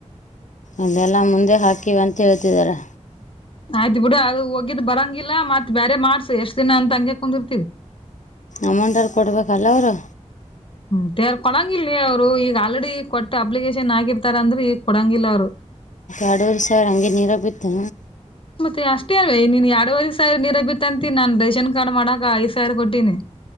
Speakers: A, on the left; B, on the left.
A: ಅದೆಲ್ಲಾ ಮುಂದೆ ಹಾಕಿವ ಅಂತ ಹೇಳ್ತಿದಿದ್ದಾರೆ
B: ಆಯ್ತು ಬಿಡು ಹೋಗಿದ್ ಬರಂಗಿಲ್ಲ ಮತ್ತ್ ಬೇರೆ ಮಾಡಿಸು ಎಷ್ಟು ದಿನ ಅಂತ ಹೇಳಿ ಹಂಗೆ ಕುಂದುರ್ತಿರಿ
A: ಅಮೌಂಟ್ ಅವರು ಕೊಡ್ಬೇಕಲ್ಲ ಅವರು
B: ಹ್ಮಾರ್ ಕೊಡಂಗಿಲ್ಲಲ್ ಅವ್ರು ಈಗ ಆಲ್ರೆಡಿ ಕೊಟ್ಟ ಅಪ್ಲಿಕೇಶನ್ ಹಾಗಿರ್ತಾರ ಅಂದ್ರ ಈಗ ಕೊಡಂಗಿಲ್ಲ ಅವ್ರು
A: ಎರಡು ವರಿ ಸಾವಿರ ಹಂಗೆ ನೀರ ಬಿತ್ತು
B: ಮತ್ತೆ ಅಷ್ಟೇ ಅಲ್ವ ನೀನ್ ಎರಡವಐ ಸಾವಿರ ನೀರ ಬಿತ್ತ ಅಂತಿ ನಾನನ್ ರೇಷನ್ ಕಾರ್ಡ್ ಮಾಡಕ ಐದು ಸಾವಿರ ಕೊಟ್ಟಿನಿ